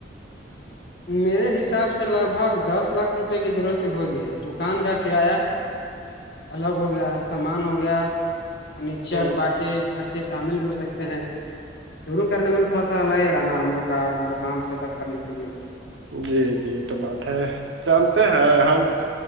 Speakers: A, on the left; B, on the right.
A: میرے حساب سے لگ بھگ دس لاکھ روپے کی ضرورت ہوگی دکان کا کرایہ الگ ہو گیا سامان ہو گیا فرنیچر
B: ہوں
A: باقی خرچے شامل بھی ہو سکتے ہیں شروع کرنے میں تو تھوڑا سا لگے گا نا ہم لوگ کا دکان سیٹ اپ کرنے کے لیے
B: جی جی یہ تو بات ہے جانتے ہیں ہم